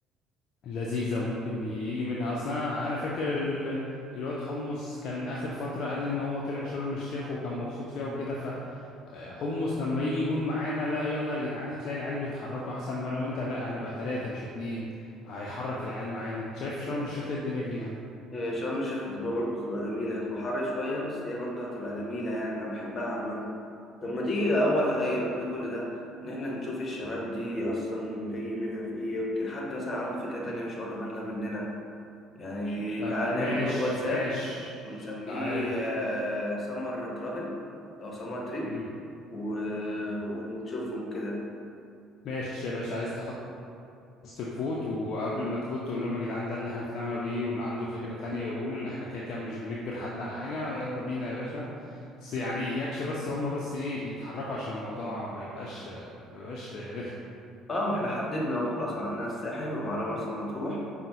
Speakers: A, on the left; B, on the left.
A: لذيذة ممكن يجي منها أصلا أنا أنا فاكر ال... الواد حمص كان آخر فترة قال لي إن هو طلع شرم الشيخ وكان مبسوط فيها وكده فحمص لما يجي يقول معانا لا يلا يا جدعان هتلاقي العيال بيتحركوا أحسن ما أنا وأنت لا هنبقى تلاتة مش اتنين هيحرك العيال معانا أنت شايف شرم الشيخ إيه الدنيا فيها
B: آه، شرم الشيخ هتبقى برضه تبقى جميلة هتبقى حر شوية بس هي برضه هتبقى جميلة يعني أنا بحبها عامة طب ما تيجي أول أي قبل كل ده إن إحنا نشوف الشباب دي أصلا جاي منها في إيه يمكن حد مثلا عنده فكرة تانية مش واخدة بالنا مننا يعني
A: طب
B: تعالى
A: ماشي
B: نعمل جروب واتساب
A: ماشي
B: ونسميه
A: تعال
B: سمر ترافل أو سمر تريب
A: مم.
B: و... ونشوفهم كده
A: ماشي يا باشا عايز تحط الناس تفوت وقبل ما تفوت تقول لهم يا جدعان ده اللي احنا طلعنا بيه واللي عنده فكرة تانية يقول احنا كده كده مش بنجبر حد على حاجة يلا بينا يا باشا بس يعني يكش بس هم بس ايه يتحركوا عشان الموضوع ما يبقاش ما يبقاش رخم
B: اه ما احنا حددنا اهو خلاص عندنا الساحل ومعانا مرسى مطروح